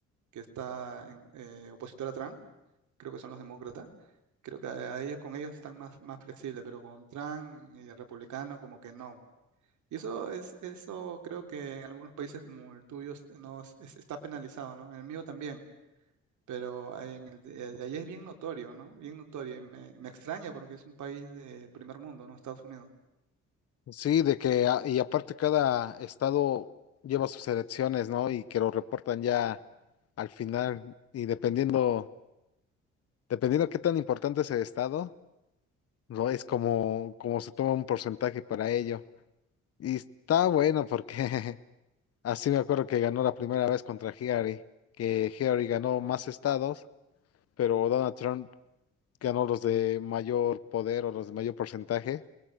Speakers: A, on the right (about 75°); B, on the left (about 50°).
A: que está en, eh, opositor a Trump, creo que son los demócratas. Creo que a a ellos, con ellos están más, más flexibles, pero con Trump y el republicano como que no. Y eso es, eso creo que en algunos países como el tuyo es- no, es- es- está penalizado, ¿no? En el mío también, pero en el de, de allá es bien notorio, ¿no? Bien notorio y me, me extraña porque es un país de primer mundo, ¿no? Estados Unidos.
B: Sí, de que, a- y aparte cada estado lleva sus elecciones, ¿no? Y que lo reportan ya al final, y dependiendo, dependiendo qué tan importante es el estado, no es como, como se toma un porcentaje para ello. Y está bueno porque <laughs> así me acuerdo que ganó la primera vez contra Hillary, que Hillary ganó más estados, pero Donald Trump ganó los de mayor poder o los de mayor porcentaje.